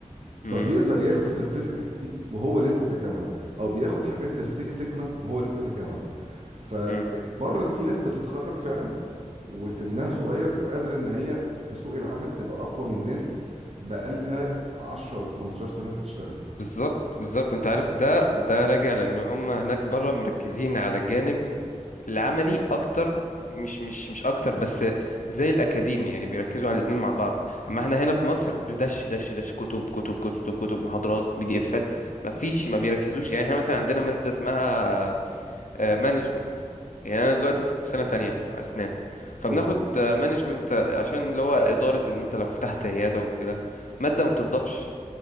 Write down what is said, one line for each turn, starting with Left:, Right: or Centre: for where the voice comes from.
Left: مم،
Right: طب يقدر ياخد السيرتيفيكتس دي وهو لسه في الجامعه او بياخد حاجات زي السيكس سيجما وهو لسه في الجامعه فبره
Left: مم.
Right: في ناس بتتخرج فعلا وسنها صغير وقادره ان هي في سوق العمل تبقى اقوى من ناس بقالها 10 و15 سنه بتشتغل
Left: بالظبط بالظبط انت عارف ده ده راجع لان هم هناك بره مركزين على الجانب العملي اكتر مش مش مش اكتر بس زي الاكاديمي يعني بيركزوا على الاتنين مع بعض اما احنا هنا في مصر دش دش دش كتب كتب كتب كتب محاضرات بي دي افات ما فيش ما بيركزوش يعني احنا مثلا عندنا مادة اسمها مانجمنت يعني انا دلوقتي في سنة تانية في اسنان فبناخد
Right: هنا
Left: مانجمنت عشان اللي هو ادارة ان انت لو فتحت عيادة وكده مادة ما بتضافش